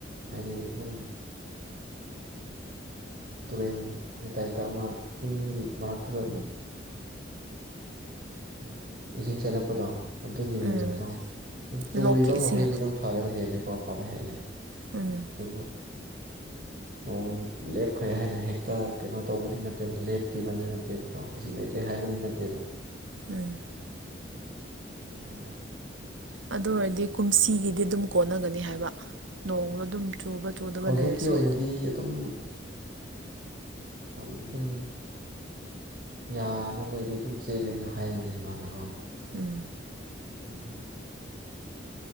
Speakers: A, on the right; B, on the right.
A: ꯍꯥꯏꯗꯤ ꯑꯗꯨꯝ ꯑꯥ ꯇꯨꯔꯦꯟꯒꯤ ꯇꯥꯏꯞꯇ ꯑꯃ ꯆꯤꯡꯒꯤ ꯃꯔꯛꯇꯨꯗ ꯑꯣ ꯏꯁꯤꯡ ꯆꯠꯂꯛꯄꯗꯣ ꯑꯗꯨꯒꯤꯅꯤꯅꯀꯣ
B: ꯎꯝ
A: ꯆꯨꯔꯤꯕ
B: ꯂꯣꯛꯀꯤ ꯏꯁꯤꯡ
A: ꯃꯈꯩꯗꯤ ꯑꯗꯨꯝ ꯐꯔꯦꯕ ꯍꯦꯜꯂꯦꯀꯣ ꯑꯐꯕ ꯍꯦꯜꯂꯦ
B: ꯎꯝ
A: ꯑꯗꯕꯨ ꯅꯣꯡ ꯂꯦꯞꯈ꯭ꯔꯦ ꯍꯥꯏꯅ ꯍꯦꯛꯇ ꯀꯩꯅꯣ ꯇꯧꯕꯗꯤ ꯅꯠꯇꯦꯕ ꯂꯦꯞꯈꯤꯕꯗꯤ ꯅꯠꯇꯦꯕꯀꯣ ꯏꯁꯤꯡ ꯂꯩꯇ꯭ꯔꯤ ꯍꯥꯏ ꯍꯥꯏꯕꯗꯤ ꯅꯠꯇꯦꯕ
B: ꯎꯝ
A: ꯑꯗꯨꯅꯤꯗ
B: ꯑꯗꯨ ꯑꯣꯏꯔꯗꯤ ꯀꯨꯝꯁꯤꯒꯤꯗꯤ ꯑꯗꯨꯝ ꯀꯣꯟꯅꯒꯅꯤ ꯍꯥꯏꯕ ꯅꯣꯡꯗꯣ ꯑꯗꯨꯝ ꯆꯨꯕ ꯆꯨꯗꯕ
A: ꯍꯧꯖꯤꯛꯀꯤ
B: ꯂꯩꯔꯁꯨ
A: ꯑꯣꯏꯅꯗꯤ ꯑꯗꯨꯝ ꯐꯜ ꯑꯗꯨꯝ ꯌꯥꯅꯕꯩꯗꯤ ꯑꯗꯨꯝ ꯆꯦꯜꯂꯦꯅ ꯍꯥꯏꯕꯅꯦ ꯏꯃꯥꯅꯀꯣ
B: ꯎꯝ
A: <unintelligible>